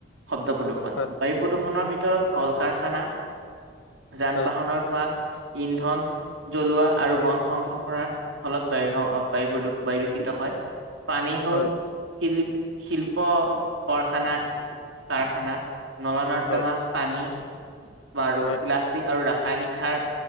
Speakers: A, on the right; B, on the left.
A: শব্দ প্ৰদূষণ
B: হয়
A: বায়ু প্ৰদূষণৰ ভিতৰত। ভৰত কল কাৰখানা যান
B: হয়
A: বাহনৰ ধোৱা ইন্ধন। জ্বলোৱা আৰু
B: হয়
A: বন ধ্বংস কৰাৰ ফলত বায়ু বায়ু প্ৰদূষ বায়ুদূষিত হয় পানী হ'ল।
B: হয় হয়
A: শিল শিল্প। কাৰখানা কাৰখানা নল নৰ্দমা
B: হয়
A: পানী। বাৰু
B: হয়
A: প্লাষ্টিক আৰু ৰাসায়নিক সাৰ।